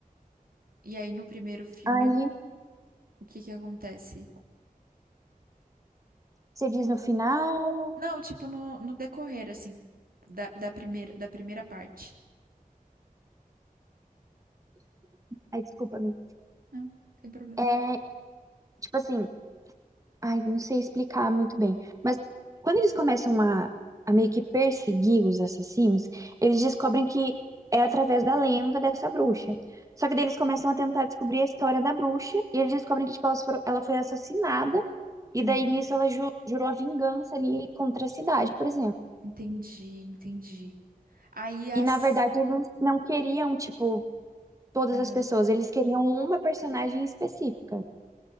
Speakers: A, on the right; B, on the right.
A: E aí no primeiro filme,
B: Aí
A: o que que acontece?
B: você diz no final.
A: Não, tipo, no, no decorrer, assim, da, da primeira, da primeira parte.
B: Ai, desculpa-me.
A: Não, não tem problema.
B: É, tipo assim, ai, não sei explicar muito bem. Mas quando eles começam a, a meio que perseguir os assassinos, eles descobrem que é através da lenda dessa bruxa. Só que daí eles começam a tentar descobrir a história da bruxa e eles descobrem que tipo, elas foram- ela foi assassinada e
A: Uhum.
B: daí nisso ela ju- jurou a vingança ali contra a cidade, por exemplo.
A: Entendi, entendi. Aí as.
B: E na verdade eles não queriam, tipo, todas
A: Aham.
B: as pessoas, eles queriam uma personagem específica.